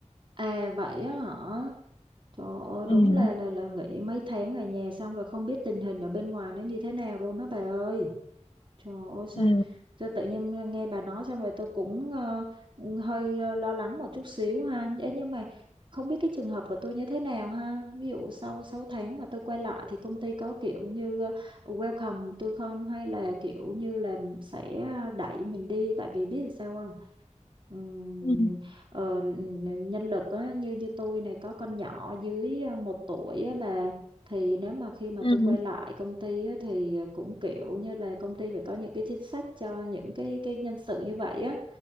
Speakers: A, on the right; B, on the left.
A: À vậy á hả? Trời ơi,
B: ừ
A: đúng là là là nghỉ mấy tháng ở nhà xong rồi không biết tình hình ở bên ngoài nó như thế nào luôn đó bà ơi. Trời ơi sao,
B: ừ
A: sao tự nhiên nghe bà nói xong rồi tôi cũng ờ, hơi ờ, lo lắng một chút xíu ha. Ấy nhưng mà không biết cái trường hợp của tôi như thế nào ha. Ví dụ sau 6 tháng mà tôi quay lại thì công ty có kiểu như ờ, welcome tôi không hay là kiểu như là sẽ đẩy mình đi tại vì biết sao không? Ừm,
B: ừ
A: ờ, n- nhân lực á, như như tôi này có con nhỏ dưới ờ, một tuổi á bà thì nếu mà khi mà
B: ừ
A: tôi quay lại công ty á, thì ờ, cũng kiểu như là công ty phải có những cái chính sách cho những cái cái nhân sự như vậy á